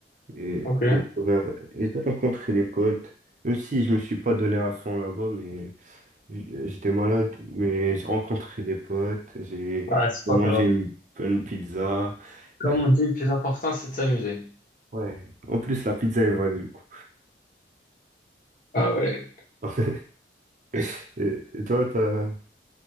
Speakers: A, on the right; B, on the left.
A: Et
B: ok.
A: j'ai découvert, j'ai rencontré des potes, même si je me suis pas donné à fond là-bas, mais j- j'étais malade, mais j'ai rencontré des potes, j'ai
B: Ah, c'est pas
A: mangé
B: grave.
A: une bonne pizza.
B: Comme
A: Euh,
B: on dit, le plus important, c'est de s'amuser.
A: Ouais. En plus, la pizza, elle valait le coup.
B: Ah ouais.
A: <laughs> Et et toi, t'as-